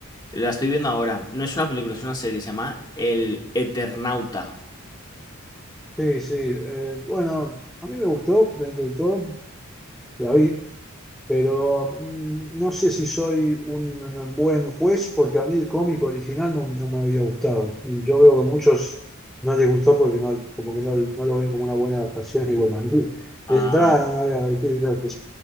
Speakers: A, on the left; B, in the centre.
A: la estoy viendo ahora, no es una película, es una serie, se llama El Eternauta.
B: sí, sí, eh, bueno, a mí me gustó dentro de todo, la vi, pero mm, no sé si soy un buen juez porque a mí el cómico original no, no me había gustado. Y yo veo que a muchos no les gustó porque no, como que no, no lo ven como una buena adaptación. Y bueno, a mí de
A: Ah,
B: entrada no me había, qué sé yo, que